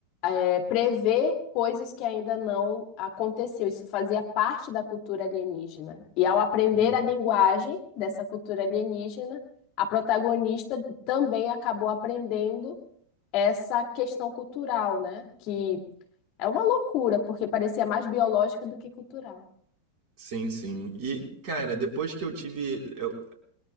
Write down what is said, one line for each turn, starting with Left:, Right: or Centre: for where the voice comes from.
Left: é, prever coisas que ainda não aconteciam. Isso fazia parte da cultura alienígena. E ao aprender
Right: Uhum.
Left: a linguagem dessa cultura alienígena, a protagonista também acabou aprendendo essa questão cultural, né? Que é uma loucura, porque parecia mais biológica do que cultural.
Right: Sim, sim. E, cara, depois que eu tive. eu-